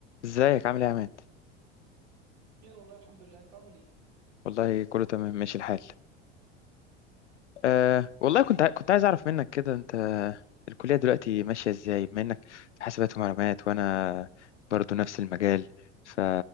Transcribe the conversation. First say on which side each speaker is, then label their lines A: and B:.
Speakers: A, on the left (about 75°); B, on the right (about 60°).
A: ازيك عامل ايه يا عماد
B: خير والله الحمد لله انت عامل ايه
A: والله كله تمام ماشي الحال أه والله كنت ع- كنت عايز اعرف منك كده انت الكلية دلوقتي ماشية ازاي بما انك في حاسبات ومعلومات وانا برضو نفس المجال ف